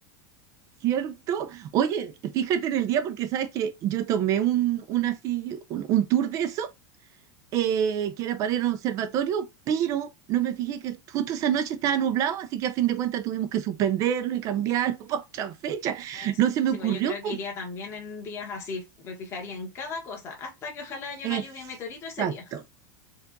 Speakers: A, on the right; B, on the left.
A: ¿cierto? Oye, fíjate en el día porque sabes que yo tomé un, un así, un, un tour de eso, eh, que era para ir a un observatorio, pero no me fijé que justo esa noche estaba nublado, así que a fin de cuentas tuvimos que suspenderlo y cambiarlo <laughs> para otra fecha.
B: Ah, ya Sí,
A: No se me
B: Sí,
A: ocurrió,
B: pues yo creo que
A: po,
B: iría también en días así, me fijaría en cada cosa, hasta que ojalá haya
A: Exacto.
B: una lluvia de meteorito ese día.